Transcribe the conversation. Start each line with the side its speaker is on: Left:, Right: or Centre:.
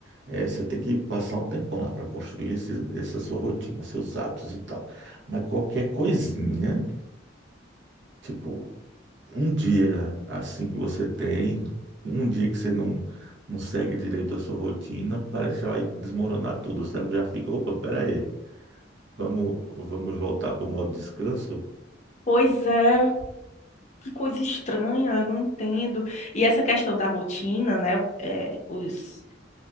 Right: eh, você tem que passar um tempão lá para construir esse, essa sua rotina, seus hábitos e tal. Mas qualquer coisinha, tipo, um dia assim que você tem, um dia que você não, não segue direito a sua rotina, parece que vai desmoronar tudo. O cérebro já fica, opa, peraí, vamos, vamos voltar para o modo descanso?
Left: Pois é, que coisa estranha, eu não entendo. E essa questão da rotina, né? eh, os